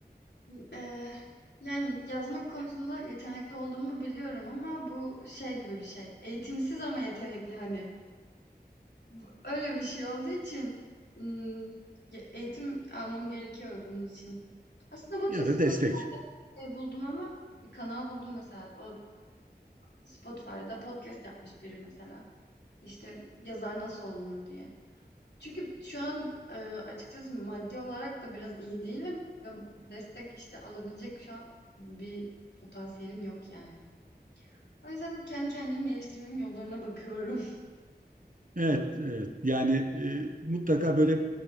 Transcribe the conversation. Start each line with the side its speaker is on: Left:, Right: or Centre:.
Left: ımm, yani yazmak konusunda yetenekli olduğumu biliyorum ama bu şey gibi bir şey, eğitimsiz ama yetenekli hani. Bu öyle bir şey olduğu için, ımm, ya eğitim almam gerekiyor bunun için. Aslında bunun
Right: Ya
Left: için Spotify'da
Right: da destek.
Left: buldum ama bir kanal buldum mesela. O Spotify'da podcast yapmış biri mesela. İşte yazar nasıl olunur diye. Çünkü şu an, eee, açıkçası maddi olarak da biraz iyi değilim ve destek, işte, alabilecek şu an bir potansiyelim yok yani. O yüzden kendi kendimi geliştirmenin yollarına bakıyorum.
Right: Evet, evet. Yani e, mutlaka böyle